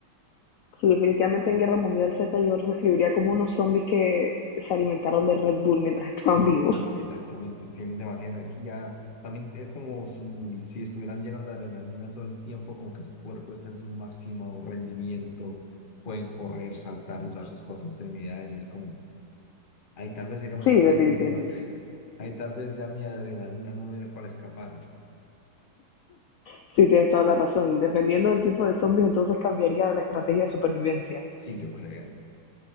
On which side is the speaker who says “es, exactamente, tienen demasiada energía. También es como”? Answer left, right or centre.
Left